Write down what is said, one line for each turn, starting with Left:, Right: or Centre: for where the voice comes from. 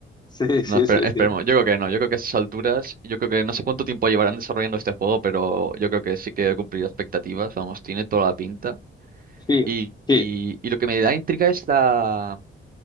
Left: Sí,
Right: no,
Left: sí,
Right: espere-
Left: sí, sí.
Right: esperemos. Yo creo que no, yo creo que a esas alturas, yo creo que no sé cuánto tiempo llevarán desarrollando este juego, pero yo creo que sí que he cumplido expectativas, vamos, tiene toda la pinta.
Left: Sí,
Right: Y,
Left: sí,
Right: y, y lo que me da intriga es la